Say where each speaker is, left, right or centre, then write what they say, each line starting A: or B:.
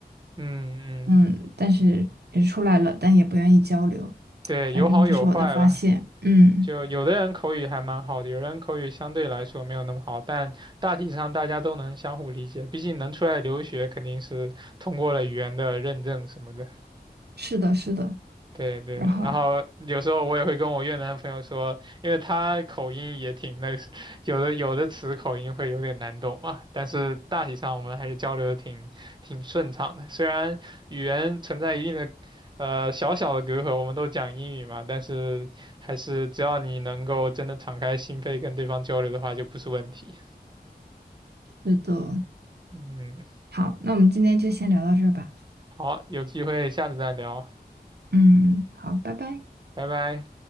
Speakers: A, on the right (about 25°); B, on the right (about 80°).
A: 嗯嗯，
B: 嗯，但是也出来了，但也不愿意交流。
A: 对，
B: 反正这是我的发现，
A: 有好有坏吧。
B: 嗯，
A: 就有的人口语还蛮好的，有人口语相对来说没有那么好，但大体上大家都能相互理解，毕竟能出来留学肯定是通过了语言的认证什么的。
B: 是的，是的，
A: 对对，
B: 然后
A: 然后有时候我也会跟我越南朋友说，因为他口音也挺那个，<laughs> 有的有的词口音会有点难懂嘛，但是大体上我们还是交流的挺挺顺畅的。虽然语言存在一定的呃小小的隔阂，我们都讲英语嘛，但是还是只要你能够真的敞开心扉跟对方交流的话，就不是问题。
B: 是的，
A: 嗯，
B: 好，那我们今天就先聊到这儿吧，
A: 好，有机会下次再聊，
B: 嗯，好，拜拜。
A: 拜拜。